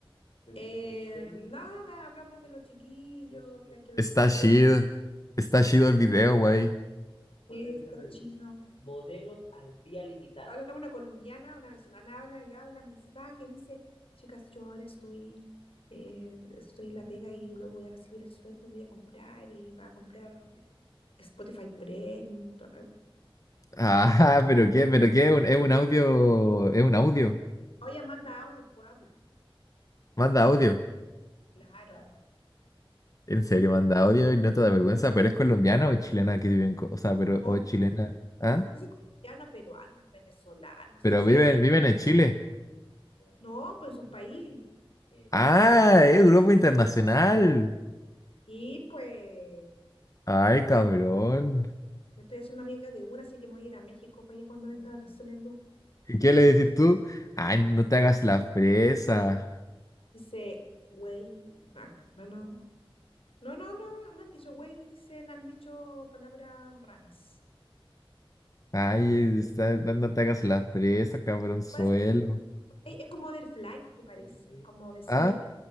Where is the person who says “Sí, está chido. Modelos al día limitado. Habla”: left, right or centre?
Left